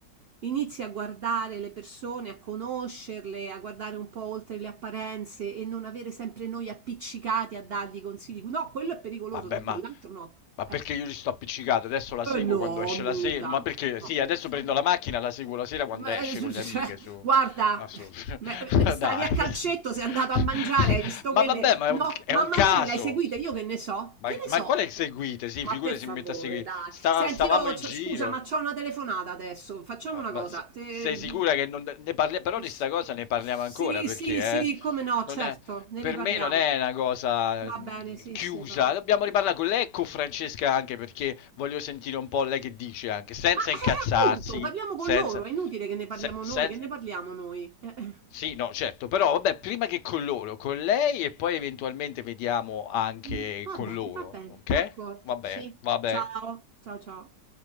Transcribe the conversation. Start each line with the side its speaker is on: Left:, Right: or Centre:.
Right: inizi a guardare le persone, a conoscerle, a guardare un po' oltre le apparenze e non avere sempre noi appiccicati a dargli consigli. No, quello è pericoloso,
Left: Vabbè,
Right: no,
Left: ma
Right: quell'altro no.
Left: Ma
Right: Eh,
Left: perché io ci sto appiccicato? Adesso la seguo
Right: eh, no,
Left: quando esce
Right: mica.
Left: la sera. Ma perché?
Right: No,
Left: Sì,
Right: per
Left: adesso
Right: favore.
Left: prendo la macchina, la seguo la sera quando
Right: Ma,
Left: esce
Right: <laughs> eh, su-
Left: con
Right: su-
Left: le
Right: su-
Left: amiche.
Right: eh,
Left: Su.
Right: Guarda,
Left: Ma su.
Right: ma- eh,
Left: <laughs>
Right: stavi
Left: Dai.
Right: a calcetto,
Left: <laughs>
Right: sei andato a mangiare, hai visto
Left: Ma
Right: quelle?
Left: vabbè, ma
Right: No,
Left: è un, è
Right: ma
Left: un
Right: magari
Left: caso.
Right: le hai seguite, io che ne so?
Left: Ma,
Right: Che ne
Left: ma
Right: so?
Left: quale seguite? Sì,
Right: Ma
Left: figure
Right: per favore,
Left: si mette a seguire.
Right: dai.
Left: Sta-
Right: Senti,
Left: stavamo
Right: io,
Left: in
Right: c'ho-
Left: giro.
Right: scusa, ma c'ho una telefonata adesso. Facciamo
Left: Ma,
Right: una
Left: ma
Right: cosa.
Left: se-
Right: Te-
Left: sei sicura che non ne parliamo? Però di
Right: Sì,
Left: sta cosa ne parliamo ancora perché
Right: sì, sì,
Left: eh,
Right: come no,
Left: non
Right: certo,
Left: è-
Right: ne
Left: per
Right: riparliamo.
Left: me non è una cosa
Right: Va
Left: mm,
Right: bene, sì,
Left: chiusa.
Right: sì, va bene.
Left: Dobbiamo riparlare con lei e con Francesca anche perché voglio sentire un po' lei che dice anche, senza
Right: Ma eh,
Left: incazzarsi,
Right: appunto, parliamo
Left: senza...
Right: con loro, è inutile che ne parliamo
Left: se- sen-
Right: noi, che ne parliamo noi? Eh. eh.
Left: sì, no, certo, però vabbè, prima che con loro, con lei e poi eventualmente vediamo anche
Right: Mh, va
Left: con
Right: bene,
Left: loro,
Right: va bene,
Left: ok?
Right: d'accordo,
Left: Vabbè,
Right: sì.
Left: vabbè.
Right: Ciao, ciao, ciao.